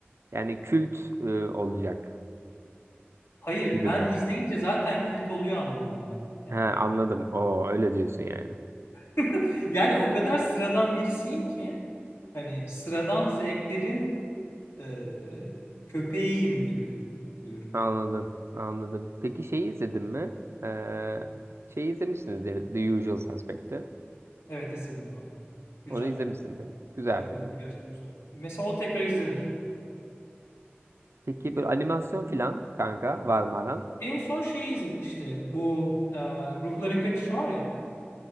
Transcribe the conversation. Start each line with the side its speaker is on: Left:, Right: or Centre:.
Right: Yani kült e, olacak
Left: Hayır
Right: gibi
Left: ben
Right: mi?
Left: izleyince zaten kült oluyor anlamında. Yani
Right: He anladım. Oo öyle diyorsun yani.
Left: <laughs> Yani o kadar sıradan birisiyim ki hani sıradan zevklerin e, köpeğiyim gibi diyorum.
Right: Anladım, anladım. Peki şeyi izledin mi? Ee, şeyi izlemişsinizdir The Usual Suspect'i.
Left: Evet izledim abi. Güzel
Right: Onu izlemişsindir.
Left: film.
Right: Güzel
Left: Evet
Right: film.
Left: o gerçekten güzel. Mesela o tekrar izlenir.
Right: Peki böyle animasyon filan kanka var mı aran?
Left: En son şeyi izledik işte bu e, Ruhların Kaçışı var ya.